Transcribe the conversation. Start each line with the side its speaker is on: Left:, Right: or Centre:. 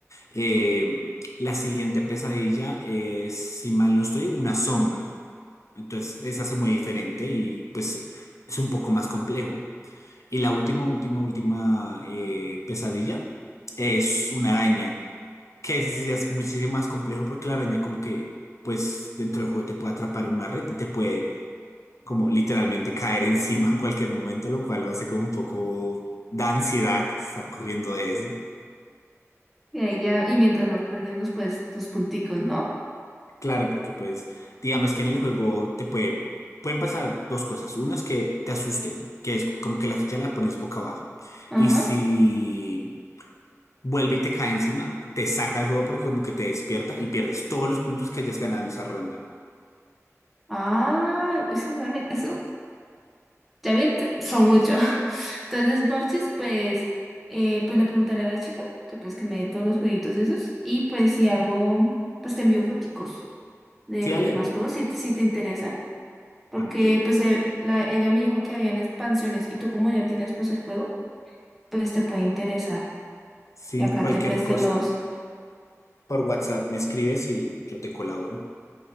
Left: Eh, la siguiente pesadilla es, si mal no estoy, una sombra. Entonces, esa se muy diferente y pues es un poco más complejo. Y la última, última, última eh, pesadilla es una araña, que esa sí ya es muchísimo más complejo porque la araña como que, pues dentro del juego te puede atrapar en una red y te puede como literalmente caer <laughs> encima en cualquier momento, lo cual lo hace como un poco da ansiedad estar corriendo de eso.
Centre: Y ahí ya, y mientras vas perdiendo, pues, tus punticos, ¿no?
Left: Claro, porque pues digamos que en el juego te puede, pueden pasar dos cosas. Una es que te asusten, que es como que la ficha la pones boca abajo.
Centre: Ajá.
Left: Y si vuelve y te cae encima, te saca el juego porque como que te despierta y pierdes todos los puntos que hayas ganado en esa ronda.
Centre: Ah, uy, eso <laughs> Ya vi, tre- son muchos. <laughs> Entonces, Borchis, pues, eh, pues le preguntaré a la chica que pues que me dé todos los jueguitos esos. Y pues si algo, pues te envío foticos de
Left: Sí,
Centre: los
Left: Ale,
Centre: demás juegos si, te- si te interesan. Porque
Left: también.
Centre: pues eh, la- ella me dijo que habían expansiones y tú como ya tienes pues el juego, pues te puede interesar.
Left: Si
Centre: Y acá
Left: no, cualquier
Centre: te pues
Left: cosa,
Centre: te los...
Left: por WhatsApp me escribes y yo te colaboro.